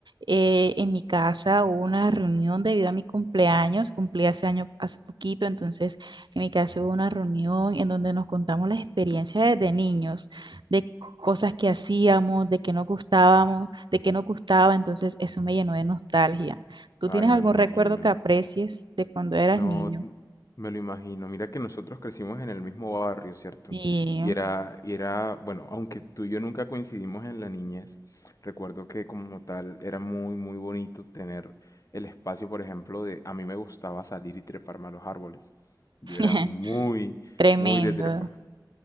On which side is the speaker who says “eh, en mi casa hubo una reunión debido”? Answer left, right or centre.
Right